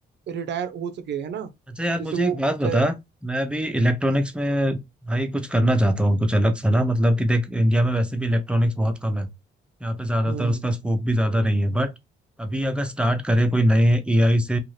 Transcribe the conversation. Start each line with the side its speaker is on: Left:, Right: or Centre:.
Right: रिटायर हो सके है ना
Centre: अच्छा यार
Right: जिससे
Centre: मुझे
Right: वो
Centre: एक बात बता
Right: चाहे
Centre: मैं अभी इलेक्ट्रॉनिक्स में भाई कुछ करना चाहता हूँ कुछ अलग सा ना मतलब कि देख इंडिया में वैसे भी इलेक्ट्रॉनिक्स बहुत कम है यहाँ पे ज़्यादातर
Right: हम्म
Centre: उसका स्कोप भी ज़्यादा नहीं है बट अभी अगर स्टार्ट करें कोई नए एआई से